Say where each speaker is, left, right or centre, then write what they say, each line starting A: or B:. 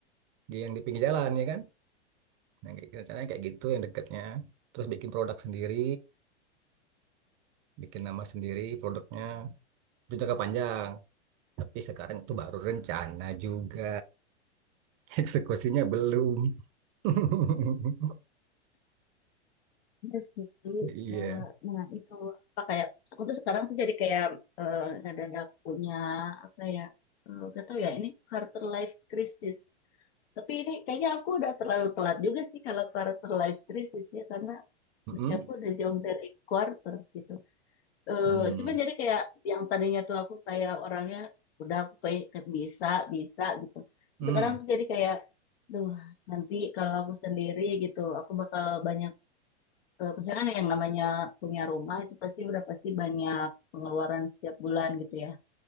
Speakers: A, on the right; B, on the left.
A: di yang di pinggir jalan ya kan. Nah, kayak gitu, caranya kayak gitu yang dekatnya, Terus bikin produk sendiri, bikin nama sendiri produknya. Itu jangka panjang. Tapi sekarang itu baru rencana juga. <laughs> Eksekusinya belum. <laughs>
B: Iya sih.
A: Iya.
B: Eh, nah itu Apa kayak aku tuh sekarang tuh jadi kayak eh, ngedadak punya apa ya eh, gak tau ya ini quarter life crisis Tapi ini kayaknya aku udah terlalu telat juga sih kalau karakter life crisis ya karena
A: Mm-mm.
B: usia aku udah jauh dari quarter gitu. Eh,
A: Mm.
B: cuman jadi kayak yang tadinya tuh aku kayak orangnya udah aku kayak kayak bisa bisa gitu. Terus
A: Mm.
B: sekarang tuh jadi kayak, duh nanti kalau aku sendiri gitu, aku bakal banyak. eh, Maksudnya kan yang namanya punya rumah itu pasti udah pasti banyak pengeluaran setiap bulan gitu ya.